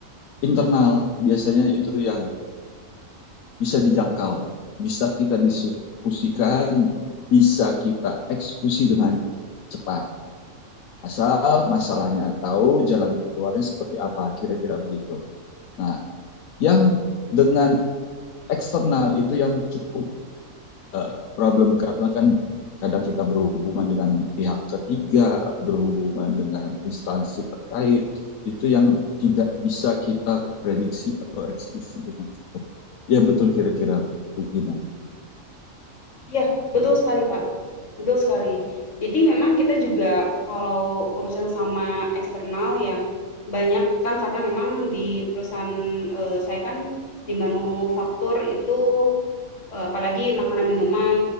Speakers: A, on the left (about 75°); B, on the left (about 60°).
A: internal biasanya itu yang bisa dijangkau, bisa kita diskusikan, bisa kita eksekusi dengan cepat. Asal masalahnya tahu jalan keluarnya seperti apa, kira-kira begitu. Nah, yang dengan eksternal itu yang cukup uh, problem karena kan kadang kita berhubungan dengan pihak ketiga, berhubungan dengan instansi terkait, itu yang tidak bisa kita prediksi atau eksekusi dengan cepat. Ya betul kira-kira mungkin.
B: Iya, betul sekali, Pak. Betul sekali. Jadi memang kita juga kalau urusan sama eksternal ya banyak kan karena memang di perusahaan, eee, saya kan di manufaktur itu, eee, apalagi makanan minuman